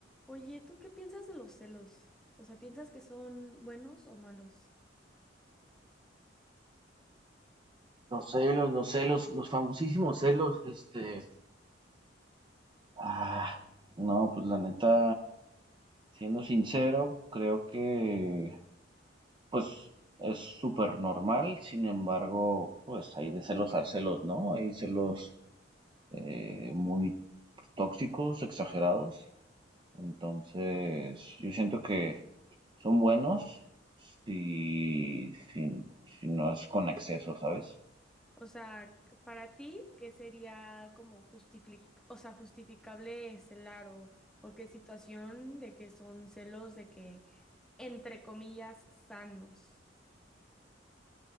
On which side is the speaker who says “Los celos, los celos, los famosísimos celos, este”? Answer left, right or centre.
Right